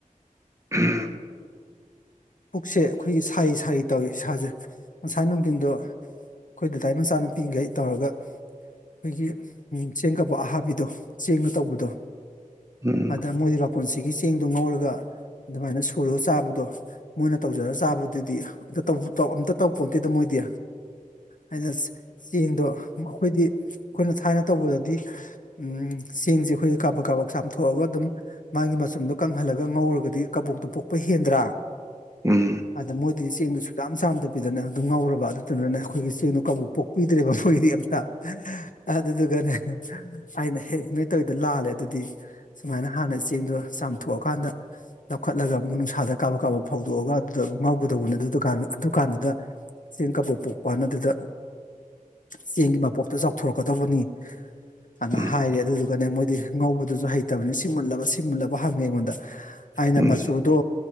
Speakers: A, on the right (about 20°); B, on the left (about 65°).
A: <unintelligible>
B: ꯄꯨꯛꯁꯦ ꯑꯩꯈꯣꯏꯒꯤ ꯁꯥꯔꯤ ꯁꯥꯔꯤ ꯇꯧꯏ ꯏꯁꯥꯁꯦ ꯉꯁꯥꯏ ꯅꯨꯡꯊꯤꯟꯗꯣ ꯑꯩꯈꯣꯏ ꯗꯥꯗꯥꯒꯤ ꯃꯆꯥꯅꯨꯄꯤꯈꯩ ꯇꯧꯔꯒ ꯑꯩꯈꯣꯏꯒꯤ ꯎꯝ ꯆꯦꯡ ꯀꯥꯕꯣꯛ ꯑꯍꯥꯕꯤꯗꯣ ꯆꯦꯡꯅ ꯇꯧꯕꯗꯣ
A: ꯎꯝ
B: ꯑꯗ ꯃꯣꯏ ꯃꯄꯨꯟꯁꯤꯒꯤ ꯆꯦꯡꯗꯣ ꯉꯧꯔꯒ ꯑꯗꯨꯃꯥꯏꯅ ꯁꯨꯔꯒ ꯆꯥꯕꯗꯣ ꯃꯣꯏꯅ ꯇꯧꯖꯔꯒ ꯆꯥꯕꯗꯨꯗꯤ ꯑꯝꯇ ꯇꯧ ꯇꯧ ꯑꯝꯇ ꯇꯧ ꯄꯣꯠꯇ‌ꯦꯗ‌ꯣ ꯃꯣꯏꯗꯤ ꯑꯩꯅ ꯆꯦꯡꯗꯣ ꯑꯩꯈꯣꯏꯗꯤ ꯑꯩꯈꯣꯏꯅ ꯊꯥꯏꯅ ꯇꯧꯕꯗꯗꯤ ꯎꯝ ꯆꯦꯡꯁꯦ ꯑꯩꯈꯣꯏꯅ ꯀꯥꯕꯛ ꯀꯥꯕꯛ ꯆꯥꯝꯊꯣꯛꯑꯒ ꯑꯗꯨꯝ ꯃꯥꯒꯤ ꯃꯆꯨꯝꯗꯣ ꯀꯪꯍꯜꯂꯒ ꯉꯧꯔꯒꯗꯤ ꯀꯕꯣꯛꯇꯣ ꯄꯣꯛꯄ ꯍꯦꯟꯗ꯭ꯔꯥ
A: ꯎꯝ
B: ꯑꯗ ꯃꯣꯏꯗꯤ ꯆꯦꯡꯗꯨ ꯁꯨꯛꯆꯥꯝ ꯆꯥꯝꯗꯕꯤꯗꯅ‌ꯦ ꯑꯗꯨꯝ ꯉꯧꯔꯕ ꯑꯗꯨꯗꯨꯅꯅꯦ ꯑꯩꯈꯣꯏꯒꯤ ꯆꯦꯡꯗꯣ ꯀꯕ‌ꯣꯛ ꯄꯣꯛ ꯈꯪꯗ꯭ꯔꯦꯕ ꯃꯣꯏꯗꯤ ꯑꯝꯇ ꯑꯗꯨꯗꯨꯒꯅꯦ ꯑꯩꯅ ꯍꯦ ꯅꯣꯏ ꯇꯧꯋꯤꯗ‌ꯣ ꯂꯥꯜꯂꯦ ꯑꯗꯨꯗꯤ ꯁꯨꯃꯥꯏꯅ ꯍꯥꯟꯅ ꯆꯦꯡꯗꯣ ꯆꯥꯝꯊꯣꯛꯑꯀꯥꯟꯗ ꯂꯧꯈꯠꯂꯒ ꯑꯃꯨꯛ ꯅꯨꯡꯁꯥꯗ ꯀꯥꯕꯛ ꯀꯥꯕꯛ ꯗꯣꯛꯑꯒ ꯑꯗꯨꯗ ꯑꯃꯨꯛ ꯉꯥꯎꯒꯗꯧꯕꯅꯦ ꯑꯗꯨꯗꯨ ꯀꯥꯟꯗ ꯑꯗꯨ ꯀꯥꯟꯗꯨꯗ ꯆꯦꯡ ꯀꯕꯣꯛ ꯄꯣꯛꯄꯅ ꯑꯗꯨꯗ ꯆꯦꯡꯒꯤ ꯃꯄꯣꯞꯇ‌ꯣ ꯆꯥꯎꯊꯣꯔꯛꯀꯗꯧꯕꯅꯤ ꯑꯗꯨꯃꯥꯏ
A: ꯎꯝ
B: ꯍꯥꯏꯔꯦ ꯑꯗꯨꯗꯨꯒꯅꯦ ꯃꯣꯏꯗꯤ ꯉꯧꯕꯗꯨꯁꯨ ꯍꯩꯇꯕꯅꯤꯅ ꯁꯤ ꯃꯨꯜꯂꯕ ꯁꯤ ꯃꯨꯜꯂꯕ ꯍꯪꯉꯦ ꯑꯩꯉꯣꯟꯗ ꯑꯩꯅ
A: ꯎꯝ
B: ꯃꯆꯨꯗꯣ